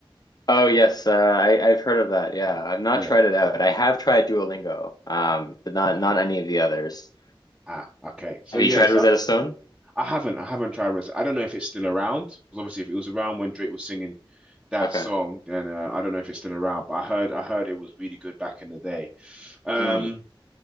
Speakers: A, on the left; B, in the centre.
A: Oh yes, uh, I I've heard of that. Yeah, I've not
B: Yeah.
A: tried it out. I have tried Duolingo, um, but not not any of the others.
B: Ah, okay. So
A: Have
B: yes,
A: you tried Rosetta
B: I,
A: Stone?
B: I haven't, I haven't tried Rosetta. I don't know if it's still around because obviously, if it was around when Drake was singing that
A: Okay.
B: song, then uh, I don't know if it's still around. But I heard, I heard it was really good back in the day. Um,
A: Hmm.